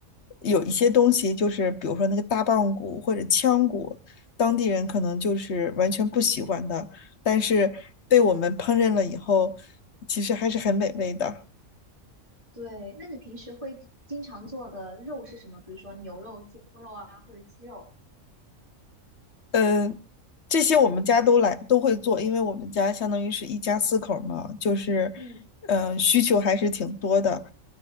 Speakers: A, on the left; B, on the right.
A: 有一些东西，就是比如说那个大棒骨或者腔骨，当地人可能就是完全不喜欢的，但是被我们烹饪了以后，其实还是很美味的。
B: 对，那你平时会经常做的肉是什么？比如说牛肉、猪肉啊，或者鸡肉？
A: 嗯，呃这些我们家都来都会做，因为我们家相当于是一家四口儿嘛，就是，
B: 嗯
A: 嗯，需求还是挺多的。